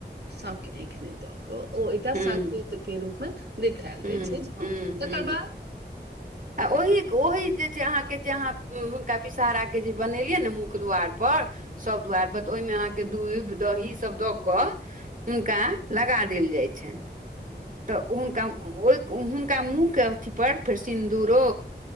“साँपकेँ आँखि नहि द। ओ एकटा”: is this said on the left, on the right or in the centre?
Right